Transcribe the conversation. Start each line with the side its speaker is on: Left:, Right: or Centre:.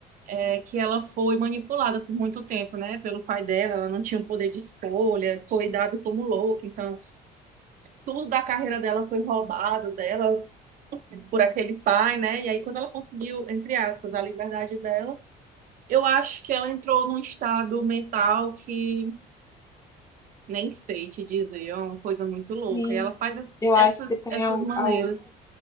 Right: é que ela foi manipulada por muito tempo, né? Pelo pai dela, ela não tinha o poder de escolha, foi dada como louca, então tudo da carreira dela foi roubado dela, por aquele pai, né? E aí, quando ela conseguiu, entre aspas, a liberdade dela, eu acho que ela entrou num estado mental que nem sei te dizer, é uma coisa muito
Left: Sim,
Right: louca. E ela faz as-
Left: eu
Right: essas,
Left: acho que tem
Right: essas
Left: algo.
Right: maneiras.